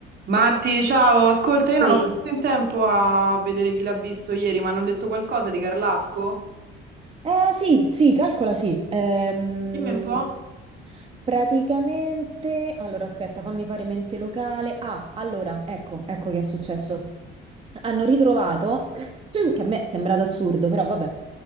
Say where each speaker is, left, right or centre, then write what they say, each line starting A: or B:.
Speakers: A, on the right; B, on the right.
A: Marti, ciao, ascolta, io non
B: Poi,
A: ho fatto in tempo a vedere chi l'ha visto ieri, ma hanno detto qualcosa di Carlasco?
B: Eh, sì, sì, calcola, sì. Ehm,
A: Dimmi un po'.
B: praticamente, allora aspetta, fammi fare mente locale. Ah, allora, ecco, ecco che è successo. Hanno ritrovato, <clears throat> che a me è sembrato assurdo, però vabbè,